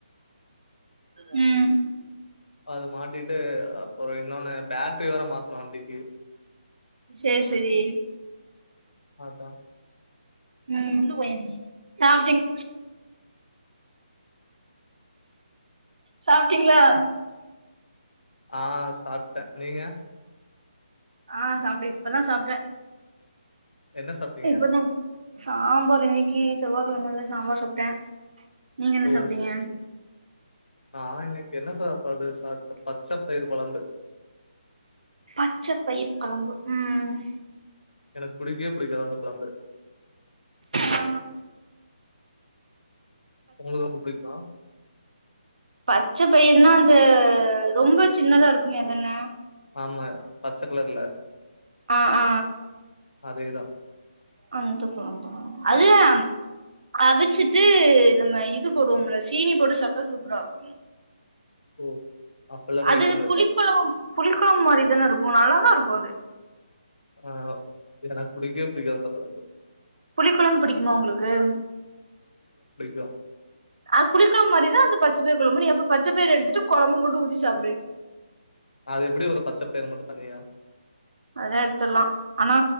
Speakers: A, on the right; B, on the left.
A: ம்
B: அது மாட்டிட்டு அப்றோ இன்னொன்னு பேட்ரி வேற மாத்தணு வண்டிக்கு
A: சேர் சேரி
B: அதா
A: ம் சாப்ட்டிங் சாப்ட்டீங்ளா
B: அ சாப்ட்டே நீங்க
A: அ சாப்ட்டே இப்பதா சாப்ட்டே
B: என்ன சாப்டீங்க
A: இப்பதா சாம்பார் இன்னிக்கு செவ்வா கெழமல சாம்பார் சாப்ட்டே நீங்க என்ன
B: ஓ
A: சாப்ட்டீங்க
B: சேர் சேரி நா இன்னிக்கு என்ன சா சாப்பாடு சாப்டே பச்ச பயிர் கொழம்பு
A: பச்ச பயிர் கொழம்பு ம்
B: எனக்கு புடிக்கவே புடிக்காது அந்த கொழம்பு
A: அ
B: உங்ளுக்கு ரொம்ப புடிக்குமா
A: பச்ச பயிர்னா அந்த ரொம்ப சின்னதா இருக்குமே அதான
B: ஆமா பச்ச கலர்ல
A: அ அ
B: அதே தா
A: அந்த கொழம்பு அது தா அவிச்சிட்டு நம்ம இது போடுவோம்ல சீனி போட்டு சாப்ட்டா சூப்பரா இருக்கு
B: ஓ! அப்பல்லாம் ட்ரை
A: அது
B: பண்ணதில்ல.
A: புளி கொழம்பு புளி கொழம்பு மாரிதான இருக்கு நல்லா ருக்கு அது
B: அ எனக்கு புடிக்கவே புடிக்காது அந்த கொழம்பு
A: புளி கொழம்பு புடிக்குமா உங்ளுக்கு
B: யோ
A: அது புளி கொழம்பு மாரியே தா அந்த பச்ச பயிர் கொழம்பு நீ அந்த பச்ச பயிர எடுத்துட்டு கொழம்பு மட்டு ஊத்தி சாப்டு
B: அது எப்டி வரு பச்ச பயிரு மட்டு தனியா
A: அதெல்லா எடுத்துட்லா ஆனா